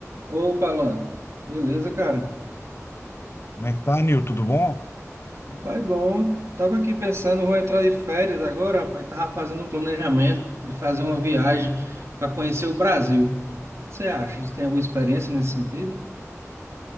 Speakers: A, on the right; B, on the left.
A: Opa, Alan. Beleza, cara?
B: Como é que tá, Nil? Tudo bom?
A: Rapaz, bom. Tava aqui pensando, vou entrar de férias agora, rapaz. Tava fazendo um planejamento de fazer uma viagem para conhecer o Brasil. O que você acha? Você tem alguma experiência nesse sentido?